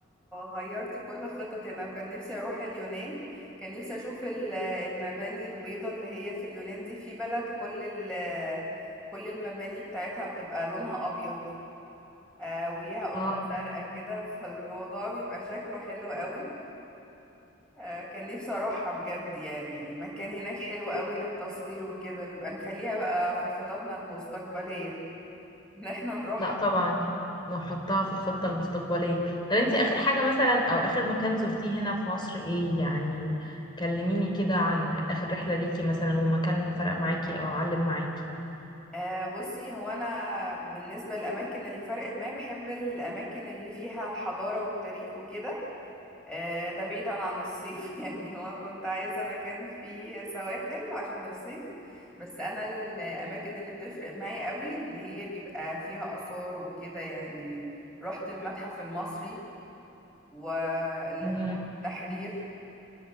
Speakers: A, in the centre; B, on the left (about 25°).
A: غيرتي كل خططي انا كان نفسي اروح اليونان كان نفسي اشوف ال- المباني البيضاء اللي هي في اليونان دي في بلد كل ال كل المباني بتاعتها بتبقى لونها ابيض آه وليها قبة
B: اه
A: زرقاء كده <laughs> فالموضوع بيبقى شكله حلو قوي آه كان نفسي اروحها بجد يعني يعني مكان هناك حلو قوي للتصوير وكده نبقى نخليها بقى في خططنا المستقبلية ان احنا نروح
B: لا طبعا نحطها في الخطة المستقبلية طب انتي اخر حاجة مثلا او اخر مكان زرتيه هنا في مصر ايه يعني كلميني كده عن اخر رحلة ليكي مثلا ومكان فرق معاكي او علم معاكي
A: آه بصي هو انا بالنسبه للاماكن اللي فرقت معايا بحب الاماكن اللي فيها الحضاره والتاريخ وكده آه ده بعيدا عن الصيف <laughs> يعني هو كنت عايزه مكان فيه سواحل عشان الصيف بس انا الاماكن اللي بتفرق معايا قوي اللي هي بيبقى فيها اثار وكده يعني رحت المتحف المصري واللي
B: امم
A: هو التحرير